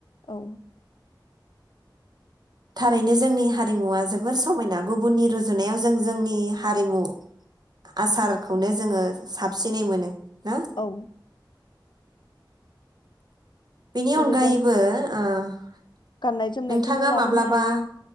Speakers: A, on the left (about 65°); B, on the right (about 55°).
A: औ
B: थारैनो जोंनि हारिमुवा जोबोर समायना गुबुननि रुजुनायाव जों जोंनि हारिमु आसारखौनो जोङो साबसिनै मोनो। ना
A: औ
B: बेनि
A: जेरै
B: अनगायैबो
A: जों
B: ओ <inaudible>
A: गाननाय जोमनायखौनो
B: नोंथाङा
A: लाबोनो
B: माब्लाबा
A: हायो